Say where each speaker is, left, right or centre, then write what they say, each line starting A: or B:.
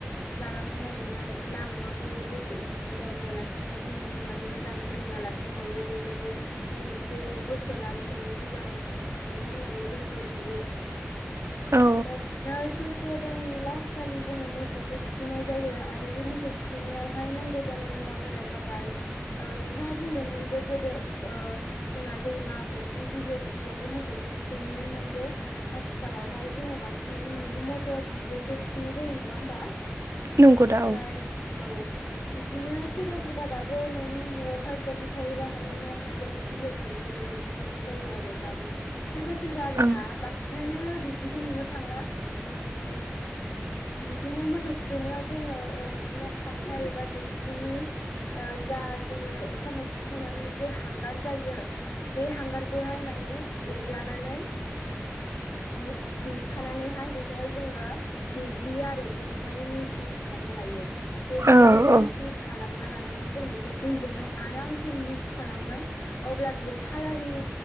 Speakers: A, on the left (about 80°); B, on the right (about 80°).
A: जालांनो नागिरनाय लामायाव दि जेबो उसुबिदा जायालासिनो जोंखौ मोजाङै मोजां फोथांना लाखिनो हायो बेफोरखौ जोंनि बे बोसोरा मोजाङै मोजां थांथों होननानै जों बोर बियो <unintelligible>
B: औ
A: सैत्र' दाननि लासखालि जोङो मोसौखौ थुखैनाय जायो आरो बे मोसौ थुखैनायावहाय नांगौ जानाय मुवा फोरा जाबाय नोंथाङा बुंदोंमोन जे गोदो ओ जोंना दैमा फुख्रि बिलो बिब्दियावहाय मोसौखौ थुखैयोमोन नोंगौ आथिखालावहाय जोङो बांसिनानो न'नि मथर बिदियावसो थुखैनाय जायो नङा होमबा
B: नंगौ
A: ओमफ्राय
B: दा औ
A: औ बिब्दिनो सोरबा सोरबा दाबो न'नि न'आवहाय फख्रि थायोबा माने न' खाथि थियावनो बिलो थायोबा बेवहाय थुखैनाय जायो आरो दाबो सोरबा सोरबा आरोना
B: ओं
A: बांसिनानो बिब्दिखौ नुनो थांला ओमफ्राय बिदिनो मोसौ थुखैनायाव जोङो बिदिनो खान्थाइ एबा दिग सिंनि जा जोङो ओंखाम ओंख्रि संनानै जोङो हां- हांगार जायो बे हांगारखौहाय माने एरलानानै माने देखानानैहाय बेखौहाय जोङो देग्लियो आरो देग्लिनानै मिस मिस खालामना लायो देग्लिनानै
B: औ
A: मिस
B: औ
A: मिस खालामना लानानै जों बेखौ दैजोंहाय आरामसे मिक्स खालामगोन अब्ला बियो खाालारनि